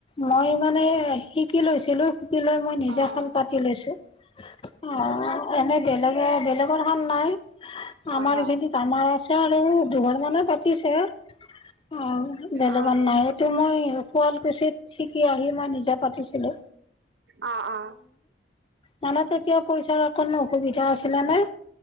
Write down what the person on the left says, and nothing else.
মই মানে শিকি লৈছিলো। শিকি লৈ মই নিজাখন
পাতি লৈছো। অ এনে বেলেগে বেলেগৰ কাম নাই আমাৰ
এই খিনিত আমাৰ আছে আৰু দুঘৰ মানে পাতিছে। অহ বেলেগত
নাই এইটো মই শুৱালকুছিত শিকি আহি মই নিজে পাতিছিলো।
মানে তেতিয়া পইচাৰ অকনো অসুবিধা আছিলে না